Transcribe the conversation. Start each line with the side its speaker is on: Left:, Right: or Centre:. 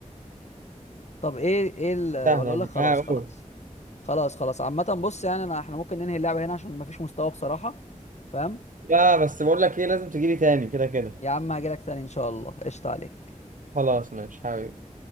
Left: طب ايه ايه ال...
Right: سهله
Left: ولا اقول لك
Right: دي
Left: خلاص
Right: اه
Left: خلاص
Right: قول
Left: خلاص خلاص عامه بص يعني انا احنا ممكن ننهي اللعبه هنا عشان مفيش مستوى بصراحه فاهم
Right: لا بس بقول لك ايه لازم تجيلي تاني كده كده
Left: يا عم هاجي لك تاني ان شاء الله قشطه عليك
Right: خلاص ماشي حبيبي